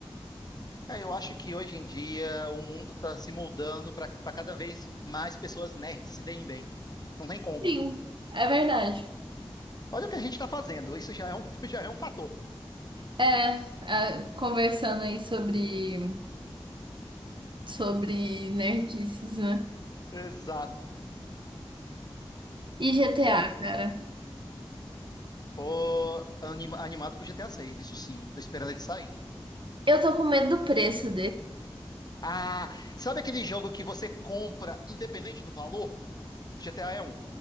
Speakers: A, on the left; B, on the right.
A: É, eu acho que hoje em dia o mundo está se moldando para cada vez mais pessoas nerds se deem bem. Não tem como.
B: Sim, é verdade.
A: Olha o que a gente está fazendo. Isso já é um, <laughs> já é um fator.
B: É, é, conversando aí sobre, sobre nerdices, né?
A: Exato.
B: E GTA,
A: Bom,
B: cara.
A: tô anim- animado pro GTA 6, isso sim. Tô esperando ele sair.
B: Eu tô com medo do preço
A: Ah, sabe aquele jogo que você compra independente do valor? GTA é um.